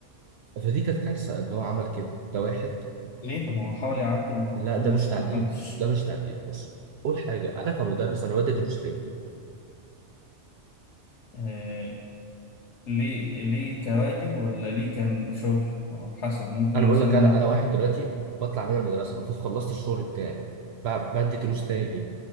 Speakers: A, on the right; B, on the left.
A: فدي كانت كارثه ان هو عمل كده ده واحد
B: ليه طب ما هو حاول يعدل المنظومة
A: لا ده مش
B: عشان
A: تعديل
B: محدش
A: ده مش تعديل بص اول حاجه انا كمدرس انا بدي دروس ليه؟
B: آه، ليه ليه كواجب ولا ليه كان شغل ما هو حسب ممكن
A: انا بقول
B: مثلا
A: لك انا انا واحد دلوقتي بطلع من المدرسه المفروض خلصت الشغل بتاعي ب- بدي دروس تاني ليه؟